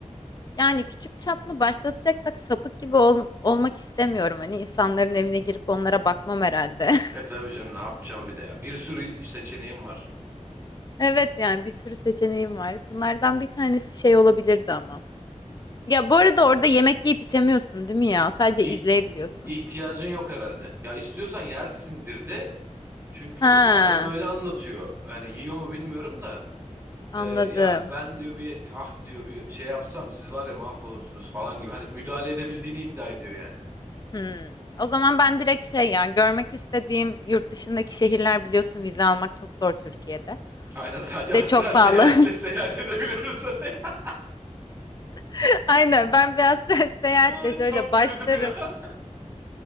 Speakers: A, on the left (about 35°); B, on the right (about 20°).
A: Yani küçük çaplı başlatacaksak sapık gibi ol- olmak istemiyorum. Hani insanların evine girip onlara bakmam herhalde. <laughs>
B: E tabii canım ne yapacağım bir de ya. Bir sürü seçeneğim var.
A: Evet yani bir sürü seçeneğim var. Bunlardan bir tanesi şey olabilirdi ama. Ya bu arada orada yemek yiyip içemiyorsun değil mi ya? Sadece
B: İh-
A: izleyebiliyorsun.
B: ihtiyacın yok herhalde. Ya istiyorsan yersindir de. Çünkü
A: Ha,
B: adam öyle anlatıyor. Yani yiyor mu bilmiyorum da.
A: anladım.
B: E, ya ben diyor bir ah diyor bir şey yapsam siz var ya mahvolursunuz falan gibi. Hani müdahale edebildiğini iddia ediyor yani.
A: Hmm. O zaman ben direkt şey yani görmek istediğim yurt dışındaki şehirler biliyorsun vize almak çok zor Türkiye'de.
B: Aynen sadece
A: Bir
B: astral
A: de çok pahalı.
B: seyahatle seyahat edebiliyoruz <laughs>
A: <laughs> Aynen ben bir astral <laughs> seyahatle
B: Aa,
A: şöyle
B: çok
A: başlarım.
B: güldüm ya.